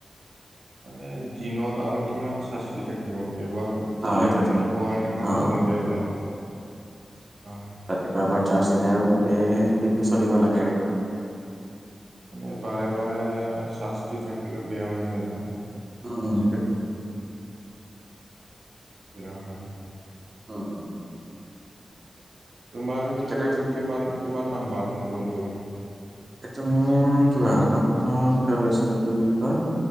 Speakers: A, on the right (about 65°); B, on the right (about 40°).
A: মানে দিনত আৰু কিমান চাৰ্জ কৰি থাকিব এবাৰ দিলে
B: অ', এইটোৱেতো
A: মানে হোৱা এনেকা,
B: অ'।
A: হ'ব লাগে আৰু অ,
B: ৰাতিপুৱা এবাৰ চাৰ্জ দিলে আৰু গোটেই দিনটো চলিব লাগে আৰু।
A: মানে বাৰে, বাৰে চাৰ্জ দি থাকিলে বেয়া হৈ যায় না।
B: উম, উম, এইটো
A: উম বেয়া হয়।
B: উম, উম,
A: তোমাৰ এইটো
B: সেইকাৰণে খুব
A: কিমান, কিমান নাম্বাৰ মোবাইলটো?
B: এইটো মোৰ কিবা মই প্ৰথম কিবা লৈছিলো, কি বুলি কয়